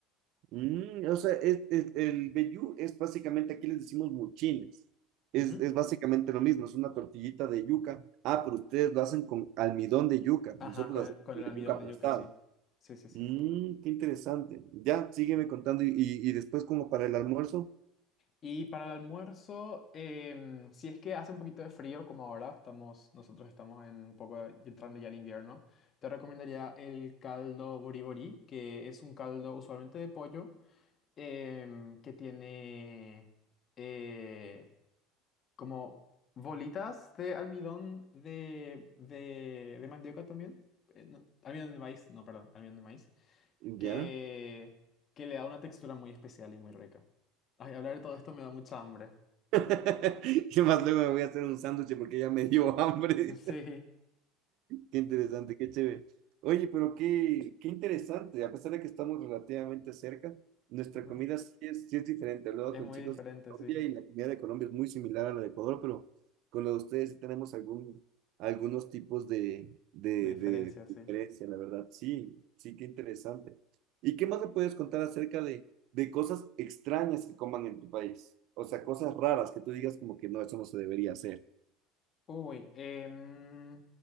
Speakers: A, on the right; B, on the left.
A: Mm, o sea, es- es- el vellú es básicamente, aquí les decimos muchines. Es,
B: Ujú.
A: es básicamente lo mismo, es una tortillita de yuca. Ah, pero ustedes lo hacen con almidón de yuca.
B: Ajá,
A: Nosotros
B: con
A: lo
B: el,
A: hacemos
B: con
A: con
B: el almidón
A: la yuca aplastada.
B: de yuca, sí. Sí, sí, sí.
A: Mm, qué interesante. Ya, sígueme contando y, y- y después como para el almuerzo.
B: Y para el almuerzo, em, si es que hace un poquito de frío, como ahora, estamos, nosotros estamos en un poco entrando ya al invierno, te recomendaría el caldo boribori, que es un caldo usualmente de pollo, em, que tiene, eh, como bolitas de almidón de, de, de mandioca también. Eh, no, almidón de maíz, no, perdón, almidón de maíz.
A: Ya.
B: Que, que le da una textura muy especial y muy rica. Ay, hablar de todo esto me da mucha hambre.
A: <laughs> ¿Qué más luego me voy a hacer un sándwich porque ya me dio hambre?
B: <laughs> Sí.
A: Qué interesante, qué chévere. Oye, pero qué, qué interesante. A pesar de que estamos relativamente cerca, nuestra
B: ujú,
A: comida sí es, sí es diferente. Hablaba
B: Es
A: con
B: muy
A: chicos
B: diferente,
A: de Colombia
B: sí.
A: y la comida de Colombia es muy similar a la de Ecuador, pero con la de ustedes sí tenemos algún, algunos tipos de, de,
B: De diferencia,
A: de
B: sí.
A: diferencia, la verdad. Sí, sí, qué interesante. ¿Y qué más me puedes contar acerca de, de cosas extrañas que coman en tu país? O sea, cosas raras que tú digas como que no, eso no se debería hacer.
B: Uy, em,